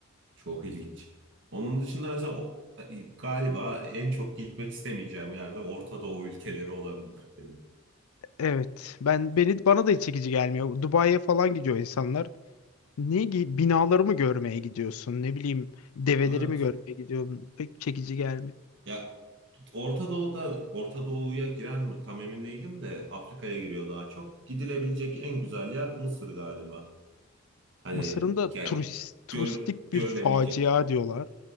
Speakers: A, on the right; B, on the left.
A: Çok ilginç. Onun dışında mesela o- e, galiba en çok gitmek istemeyeceğim yerde Orta Doğu ülkeleri olabilir benim.
B: Evet. Ben beni bana da hiç çekici gelmiyor. Dubai'ye falan gidiyor insanlar. Ne gi- binalarımı görmeye gidiyorsun? Ne bileyim develerimi
A: Evet.
B: görmeye gidiyorum. Pek çekici gelmiyor.
A: Ya Orta Doğu'da Orta Doğu'ya giren mi tam emin değilim de Afrika'ya giriyor daha çok. Gidilebilecek en güzel yer Mısır galiba. Hani
B: Mısır'ın da
A: yani
B: turist, turistik
A: gör, görülebilecek.
B: bir facia diyorlar.